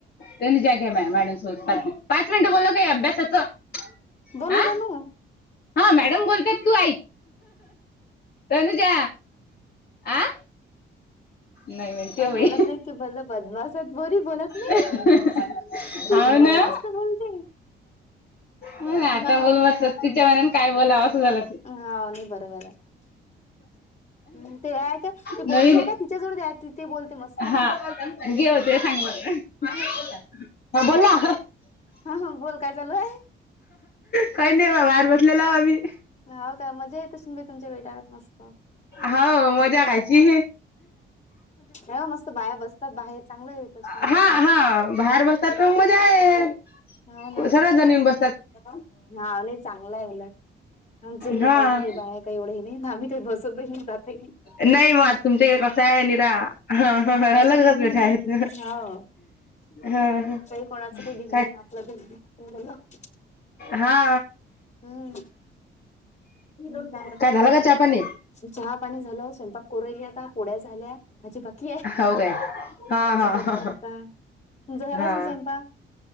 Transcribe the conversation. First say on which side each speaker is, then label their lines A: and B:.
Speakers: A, on the left (about 55°); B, on the left (about 35°).
A: तन ज्या घ्या मॅडम पा पाच मिनिट बोलल का अभ्यासाचं
B: बोलत
A: हा
B: नु
A: हा मॅडम बोलतात तू आईक अनुजा आं नाही म्हण ते वई
B: बोलत नाही की भले बदमाश आहेत पोरी बोलत नाही
A: अ
B: ट्युशन मध्ये
A: ना.
B: मस्त बोलते
A: हो
B: हम्म
A: आता बोल. तिच्या मनाून काय बोला असं झालं त
B: हाव नाही बरोबर आहे हम्म ते आहे का ते
A: नवीन
B: बोडखी आहे का तिच्याजवळ द्या ती ते बोलते मस्त
A: हाय हा. गे होते सांग मला. हा बोला.
B: हा हा बोल काय चालू आहे.
A: काय नाही बाहेर बसलेलव आम्ही.
B: हाव का मजा येत असेन मी तुमच्या वेटळात मस्त.
A: हाव मजा घायची.
B: ये मस्त बाया बसतात बाहेर चांगलं. तसून
A: हा हा बाहेर बसतात तर मग मजा आहे
B: हो ना
A: सर्व जनीन बस
B: हा नाही चांगल आहे उलट आमच्याकडे
A: हा
B: काही नाही का बाया काही एवढं हे नाही ना आम्ही ते काही बसवत जाताही नाही.
A: नाही मग तुमच्याकडे कसा आहे निरा ह
B: हम्म
A: अलगच मिेठा आहेत.
B: हो
A: हा हा
B: काही कोणाचं घिनंघिन
A: काय
B: आपलं <inaudible>
A: हा
B: हम्म <unintelligible>
A: काय झाला का चहा पाणी?
B: चहा पाणी झालं स्वयंपाक कोरेली आता पोड्या झाल्यात अजिबात नाही. के
A: हो काय हा
B: भाजी
A: हा
B: परततो
A: हा
B: आता तुमचा झाला
A: हा
B: असलं ना स्वयंपाक?